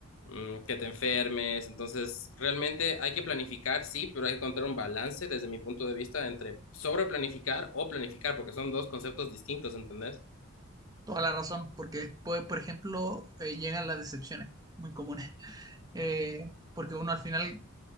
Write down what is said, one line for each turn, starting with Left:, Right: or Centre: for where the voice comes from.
Left: mm, que te enfermes. Entonces, realmente hay que planificar, sí, pero hay que encontrar un balance desde mi punto de vista entre sobreplanificar o planificar, porque son dos conceptos distintos, ¿entendés?
Right: Toda la razón, porque después, por ejemplo, eh, llegan las decepciones, muy comunes. <laughs> Eh, porque uno al final,